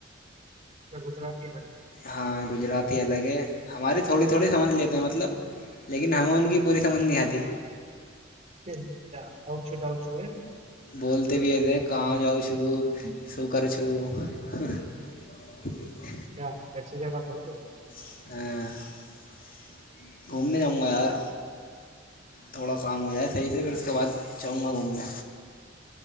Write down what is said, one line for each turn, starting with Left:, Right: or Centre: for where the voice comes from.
Right: کیا گجرات الگ ہیں
Left: ہاں گجراتی الگ ہیں ہماری تھوڑی تھوڑی سمجھ لیتے ہیں مطلب لیکن ہمیں ان کی پوری سمجھ نہیں آتی
Right: کیا آؤ چو جاؤ چو ا <inaudible>
Left: بولتے کہاں جاؤ شروع <inaudible> ہو کرو چھپ <inaudible>
Right: <unintelligible>
Left: <inaudible> گھومنے جاؤں گا یار تھوڑا کام ہو جائے صحیح سے پھر اس کے بعد جاؤں گا گھومنے